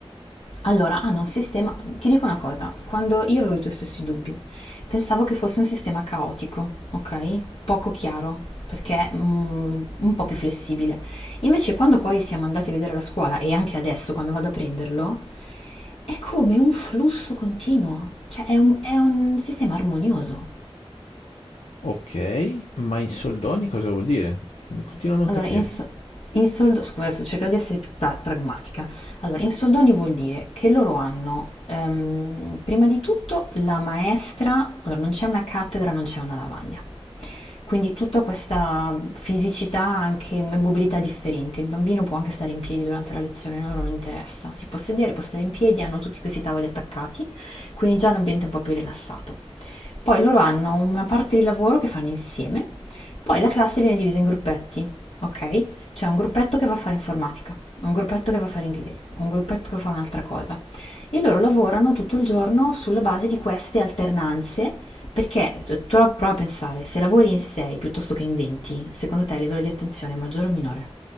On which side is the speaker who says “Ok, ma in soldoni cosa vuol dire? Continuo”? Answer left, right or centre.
Left